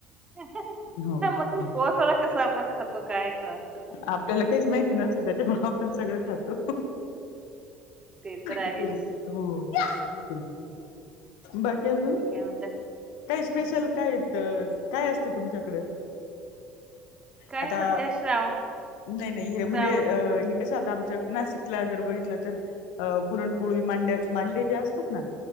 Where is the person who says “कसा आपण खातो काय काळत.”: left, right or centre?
Right